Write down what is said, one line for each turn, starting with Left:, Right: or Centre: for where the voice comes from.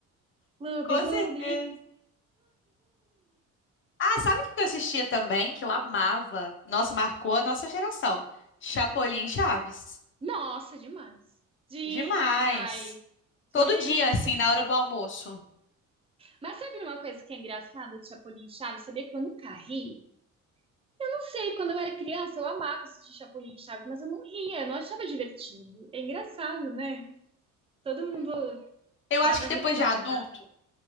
Right: Gloob
Left: Com
Right: Gloob.
Left: certeza. Ah, sabe o que eu assistia também? Que eu amava. Nossa, marcou a nossa geração. Chapolin e Chaves.
Right: Nossa, demais. Demais.
Left: Demais. Todo
Right: Gente.
Left: dia, assim,
Right: do
Left: na hora
Right: céu.
Left: do almoço.
Right: Mas sabe uma coisa que é engraçada de Chapolin e Chaves? Sabia que eu nunca ri? Eu não sei, quando eu era criança eu amava assistir Chapolin e Chaves, mas eu não ria, eu não achava divertido. É engraçado, né? Todo mundo
Left: Eu
Right: dava
Left: acho que
Right: ri-
Left: depois
Right: dá
Left: de adulto,
Right: risada.